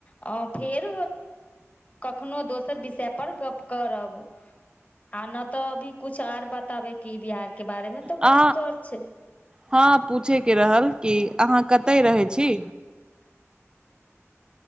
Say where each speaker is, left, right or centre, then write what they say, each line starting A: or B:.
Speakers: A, on the left; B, on the right.
A: अ फेर कखनो दोसर विषय पर गप करब। आ नहि तऽ अभी। कुछ आऔर बताबे क बिहार के। बारे मे तो
B: अ
A: बात कर छै
B: हा पूछे के रहल कि आहा। कतऽ रहै छी।